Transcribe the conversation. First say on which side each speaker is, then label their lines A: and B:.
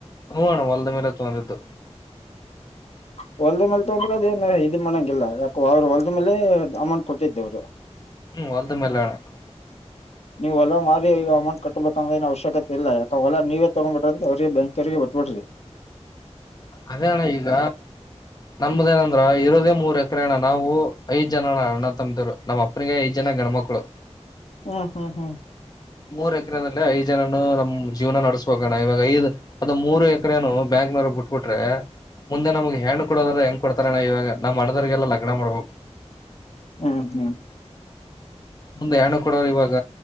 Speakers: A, on the left (about 35°); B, on the left (about 65°).
A: ಹೂ ಅಣ್ಣ ಹೊಲ್ದ ಮೇಲೆ ತಗೊಂಡಿದು
B: ಹ ಹೊಲ್ದ ಮೇಲೆ ತೊಂದ್ರೆ ಅದೇನ್ ಇದ್ ಮಾಡಂಗಿಲ್ಲ ಯಾಕ ಅವರು ಹೊಲ್ದ ಮೇಲೆ ಅಮೌಂಟ್ ಕೊಟ್ಟಿದ್ದೇವರು
A: ಹೂ ಹೋಲ್ಡ್ ಮೇಲೇನೆ ಅಣ್ಣ
B: ನೀವು ಹೊಲಾ ಮಾರಿ ಅಮೌಟ್ಬೇಕಂದ್ರಏ ಅವಶ್ಯಕತೆ ಇಲ್ಲ ಯಾಕ ಹೊಲ ನೀವೇ ತಗ್ಬ ಬಿ್ರ ಅ ಅವ್ರಿಗೆ ಬ್ಯಾಂಿ ಕೋಡ್ರಿ
A: ಅದೇ ಅಣ್ಣ ಈಗ ನಮ್ದ ನಂದ್ರ ಇರದೇ ಮೂರ್ ಎಕರೆ ಅಣ್ಣ ನಾವು ಐದ್ ಜನ ಅಣ್ಣ ತಮ್ಮದವ್ರು ನಮ್ಮ್ ಅಪ್ಪನಿಗೆ ಐದ್ ಜನ ಗಣ್ಮಕ್ಳು
B: ಹೂ ಹೂ ಹೂ
A: ಮೂರು ಎಕರೆದಲ್ಲಿ ಐದು ಜನನು ನಮ್ಮ್ ಜೀವನ ನಡೆಸ್ಬೇಕಣ ಇವಾಗ ಐದು್ಅದು ಮೂರು ಎಕರೆೆಯನು ಬ್ಯಾಂಗ್ಳೂರ್ ಬಿಟ್ಟ ಬಿಟ್ರೆ ಮುಂದೆ ನಮ್ಗೆ ಹೆಣ್ ಹ್ ಕೊಡದ್ರ ಹೆಂಗ್ ಕೊಡ್ತಾರಣ ಇವಾಗ ನಾವ್ ಮಾಡದರ್ಗೆಲ್ಲ ಲಗ್ನ ಮಾಡ್ಬೇಕು
B: ಹ್ಮ್ ಹ್ಮ್
A: ಮುಂದೆ ಹೆ ಣು ಕೊಡೋವ್ರ ಇವಾಗ